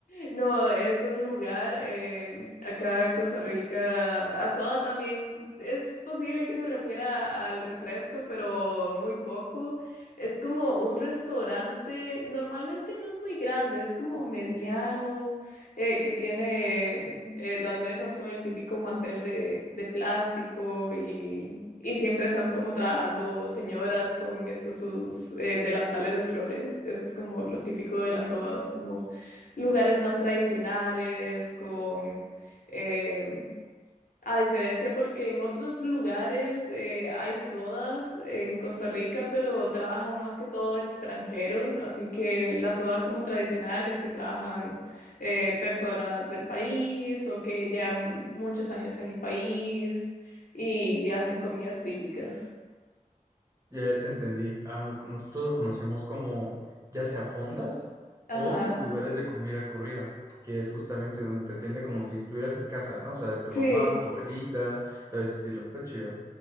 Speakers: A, on the left; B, on the right.
A: No, es un lugar eh, acá en Costa Rica. A soda también es posible que se refiera al refresco, pero muy poco. Es como un restaurante, normalmente no es muy grande, es como mediano, eh, que tiene eh, las mesas con el típico mantel de, de plástico y, y siempre están como trabajando señoras con estos sus eh, delantales de flores. Eso es como lo típico de las sodas, como lugares más tradicionales, con... em, a diferencia porque en otros lugares eh, hay sodas en Costa Rica, pero trabajan más que todo extranjeros, así que la soda como tradicional es que trabajan eh, personas del país o que llevan muchos años en el país y hacen comidas típicas.
B: Ya te entendí. A nos- nosotros lo conocemos como ya sea fondas
A: Ajá,
B: o lugares de comida corrida, que es justamente donde te atiende como si estuvieras en casa, ¿no? O sea, de tu
A: sí,
B: mamá, tu abuelita, todo ese estilo. Está chido.